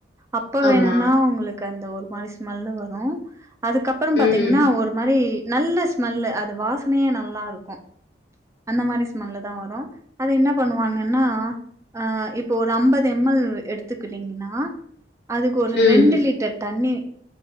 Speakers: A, on the right (about 15°); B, on the left (about 65°).
A: அப்ப
B: ஆமா
A: வேணும்னா உங்களுக்கு அந்த ஒரு மாரி ஸ்மெல்லு வரு அதுக்கப்பறம் பாத்தீங்கன்னா
B: ம்
A: ஒரு மாரி நல்ல ஸ்மெல்லு அது வாசனையே நல்லாருக்கு அந்த மாரி ஸ்மெல்லு தா வரு அது என்ன பண்ணுவாங்கன்னா அ இப்போ ஒரு அம்பது எம்எல் எடுத்துக்குனிங்கன்னா அதுக்கு ஒரு
B: ம் ம்
A: ரெண்டு லிட்டர் தண்ணி